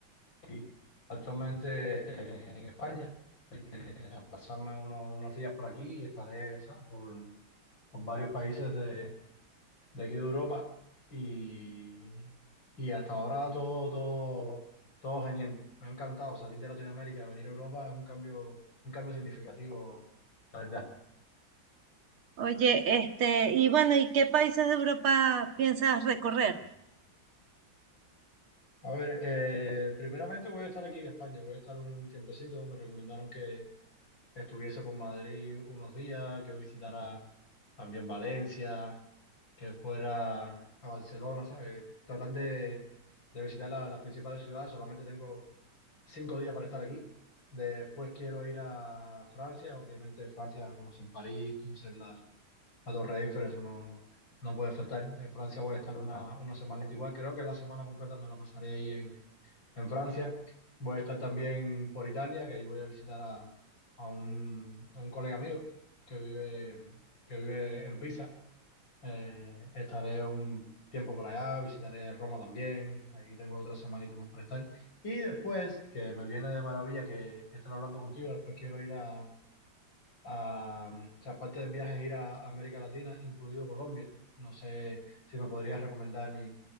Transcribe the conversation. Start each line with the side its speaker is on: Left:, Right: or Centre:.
Left: Aquí, actualmente eh, en España, eh, a pasarme uno- unos días por aquí y estaré, ¿sabes? Por, por varios países de, de aquí de Europa y, y hasta ahora todo, todo, todo genial. Me ha encantado salir de Latinoamérica, venir a Europa es un cambio, un cambio significativo, la verdad.
Right: Oye, este, y bueno, ¿y qué países de Europa piensas recorrer?
Left: A ver, eh, primeramente voy a estar aquí en España, voy a estar un tiempecito. Me recomendaron que estuviese por Madrid unos días, que visitara también Valencia, que fuera a Barcelona, ¿sabes? Tratar de, de visitar la- las principales ciudades. Solamente tengo cinco días para estar aquí. Después quiero ir a Francia, obviamente Francia, conocer París, conocer la, la Torre Eiffel, eso no, no puede faltar. En Francia voy a estar una, una semanita igual, creo que la semana completa me la pasaré ahí en Francia. Voy a estar también por Italia, que ahí voy a visitar a, a un, a un colega mío que vive, que vive en Pisa. Eh, estaré un tiempo por allá, visitaré Roma también. Ahí tengo otra semanita más para estar. Y después, que me viene de maravilla que estar hablando contigo, después quiero ir a, a o sea, aparte del viaje, ir a América Latina, incluido Colombia. No sé si me podrías recomendar